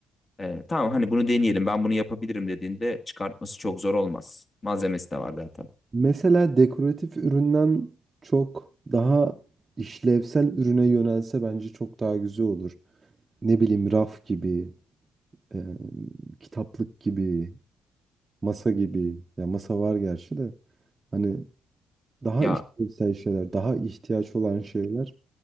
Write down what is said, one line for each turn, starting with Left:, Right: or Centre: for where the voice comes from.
Left: Ee, tamam hani bunu deneyelim ben bunu yapabilirim dediğinde çıkartması çok zor olmaz. Malzemesi de var zaten.
Right: Mesela dekoratif üründen çok daha işlevsel ürüne yönelse bence çok daha güzel olur. Ne bileyim raf gibi, e, kitaplık gibi, masa gibi. Ya masa var gerçi de. Hani daha
Left: Ya
Right: işlevsel şeyler, daha ihtiyaç olan şeyler.